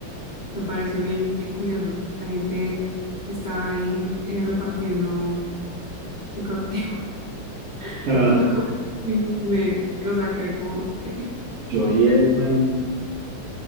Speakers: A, on the left; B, on the right.
A: Me pareció bien, bien curioso. La gente está ahí eh, repartiendo psicoactivos. <laughs>
B: Ah,
A: Nunca sí me, o sea, quedé como que
B: Yo y eso en, en